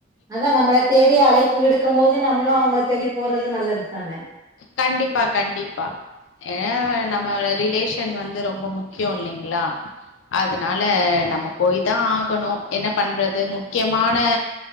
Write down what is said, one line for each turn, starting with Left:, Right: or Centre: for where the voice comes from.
Right: அதா நம்மள தேடி அலைப்பு விடுக்கும் போது நம்மளும் அவங்கள தேடி போறது நல்லது தானே
Left: கண்டிப்பா கண்டிப்பா எ நம்ம ரிலேஷன் வந்து ரொம்ப முக்கியம் இல்லைங்களா அதனால நம்ம போய் தா ஆகணும் என்ன பண்றது முக்கியமான